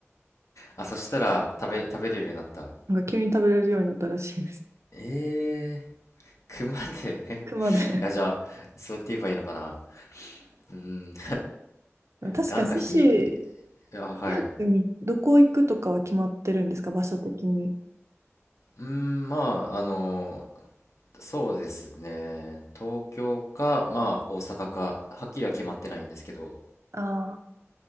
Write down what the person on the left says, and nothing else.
あ、そしたら食べ、食べれるようになった。
えー、熊で変
<laughs> いや、じゃあ、そう言って言えばいいのかな。うーん、
なんか火、あ、はい。
うーん、まあ、あのそうですね。東京か、まあ、大阪か、はっきりは決まってないんですけど、